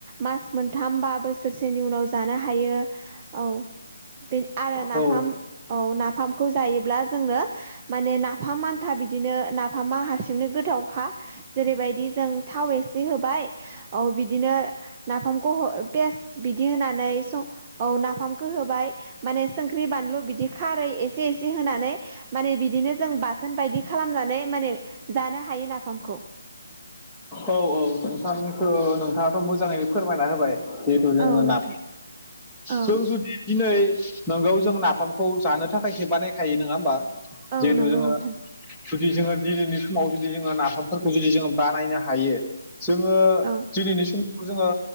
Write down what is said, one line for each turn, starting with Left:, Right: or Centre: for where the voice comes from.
Right: मास मोनथाम बा बोसोरसेनि उनाव जानो हायो औ बे आरो नाफाम
Centre: औ
Right: औ नाफामखौ जायोब्ला जोंनो माने नाफाम आान्था बिदिनो नाफामा हारसिंनो गोथावखा जेरैबायदि जों थाव एसे होबाय औ बिदिनो नाफामखौ पेस बिदि होनानै स औ नाफामखौ होबाय माने संख्रि बानलु बिदि खारै ए एसे एसे होनानै माने बिदिनो जों बाथोन बायदि खालामनानै माने जानो हायो नाफामखौ
Centre: औ औ नोंथांखौ नोंथाङाथ' मोजाङैनो फोरमायना होबाय जिहेथु जोङो
Right: औ नोंथां
Centre: ना
Right: औ
Centre: जों जुदि दिनै नोंगौ जों नाफामखौ जानो थाखायसो बानायखायो नङा होमबा
Right: औ
Centre: जिहेथु
Right: नंगौ
Centre: जोङो
Right: नोंथां
Centre: जुदि जोङो दिनैनि समाव जुदि जोङो नाफामफोरखौ जुदि जोङो बानायनो हायो जोङो
Right: औ
Centre: दिनैनि समाव जोङो